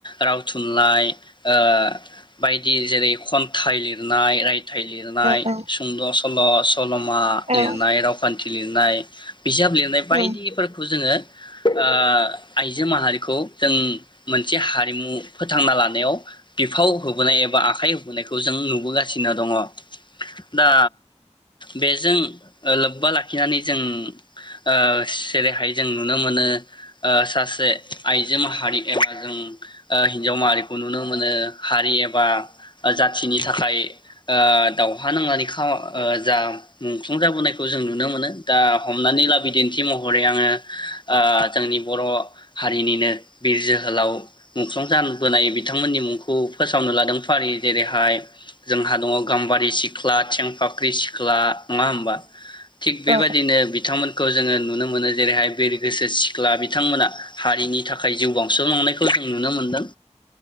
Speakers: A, on the left; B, on the right.
A: राव थुनलाइ। ओ बायदि जेरै खन्थाइ लिरनाय रायथाय रायथाइ लिरनाय
B: औ
A: सुंद' सल। सल' सल'मा
B: औ
A: लिरनाय
B: औ
A: रावखान्थि थि लिरनाय बिजाब लिरनाय बायदिफोरखौ
B: नोंथां
A: जोंङो ओ आइजो माहारिखौ जों मोनसे हारिमु फोथांना लानायाव बिफाव होबोनाय बा आखाय होबोनाय खौ जों नुबोगासिनो दङ । दा बेजों लोब्बा लाखिनानै जों ओ जेरैहाय जों नुनो मोनो ओ सासे आइजो मा हारि एबा जों हिन्जाव माहारिखौ नुनो मोनो हारि एबा जाथिनि थाखाय ओ दावहा नांनानै खा ओ जा मुंख्लं जाबोनायखौ जों नुनो मोनो दा हमनानै लाबो दिन्थि महरै आंङो ओ जोंनि बर' हारिनिनो बिर जोहोलाव मुंख्लं जान बोनाय बिथांमोननि मुंखौ फार्स्ट लादों फारि जेरैहाय जों दङ गाम्बारि सि सिख्ला थेंफाख्रि सिख्ला नङा होमबा थिग बेबायदिनो
B: औ
A: बिथांमोनखौ जोंङो नुनो मोनो जेरैहाय बिरगोसि सिख्ला बिथांमोना हारिनि थाखाय जिउ बावसोमलांनायखौ जों नुनो मोनदों